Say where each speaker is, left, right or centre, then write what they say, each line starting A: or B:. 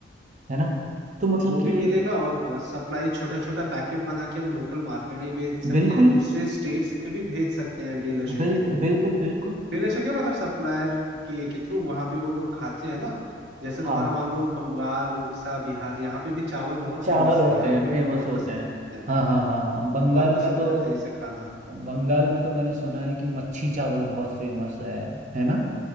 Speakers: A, on the right; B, on the right.
A: है ना तो मतलब
B: वो
A: कि
B: भी मिलेगा और सप्लाई छोटा छोटा पैकेट बना के हम लोकल मार्केट में ही बेच सकते
A: बिल्कुल
B: हैं दूसरे स्टेट्स में भी भेज सकते हैं डीलरशिप
A: बिल्कुल
B: के थ्रू
A: बिल्कुल बिल्कुल
B: डीलरशिप क्या मतलब सप्लायर के के थ्रू वहां पे वो लोग खाते हैं ना जैसे
A: हाँ
B: तुम्हारा मान लो बंगाल उड़ीसा बिहार यहाँ पे भी चावल बहुत
A: चावल
B: फेमस
A: होते
B: है यहाँ
A: हैं
B: पे भी
A: फेमस
B: लोग बहुत
A: होते
B: पसंद
A: हैं
B: करते हैं
A: हाँ हाँ हाँ हाँ बंगाल
B: बहुत पसंद
A: में तो
B: करते हैं इसे खाना
A: बंगाल में तो मैंने सुना है कि मच्छी चावल बहुत फेमस है है ना